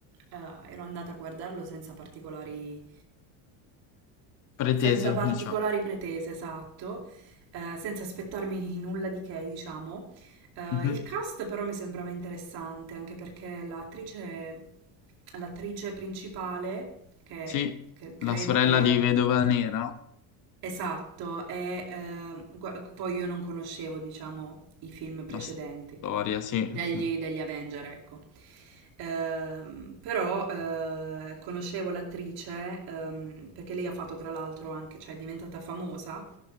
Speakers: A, on the right; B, on the left.
A: eh, ero andata a guardarlo senza particolari,
B: Pretese,
A: senza particolari
B: diciamo.
A: pretese, esatto, eh, senza aspettarmi nulla di che, diciamo. Eh,
B: Mhm.
A: il cast però mi sembrava interessante, anche perché l'attrice, l'attrice principale, che,
B: Sì,
A: che credo
B: la sorella
A: che...
B: di Vedova Nera,
A: Esatto, è, eh, gua- poi io non conoscevo, diciamo, i film precedenti
B: la storia, sì.
A: degli,
B: sì.
A: degli Avenger, ecco. Ehm, però eh, conoscevo l'attrice ehm, perché lei ha fatto tra l'altro anche, cioè è diventata famosa